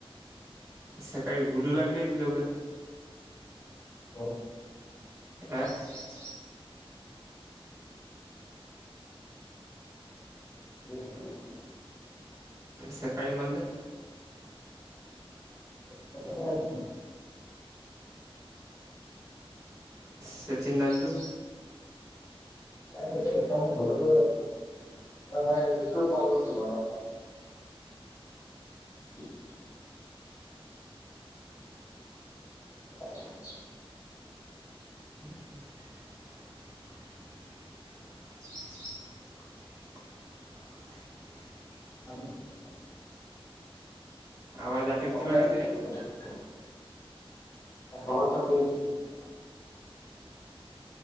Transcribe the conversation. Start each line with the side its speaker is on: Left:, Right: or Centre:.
Right: सकाळी घुलू लागले ते दोघं.
Left: हो.
Right: आं <inaudible>
Left: <unintelligible>
Right: सकाळी मनल.
Left: <unintelligible>
Right: सचिन दांतू.
Left: <unintelligible> <unintelligible> <unintelligible>
Right: <inaudible>
Left: <unintelligible>
Right: आवाज
Left: <unintelligible>
Right: अटकते लागा तुया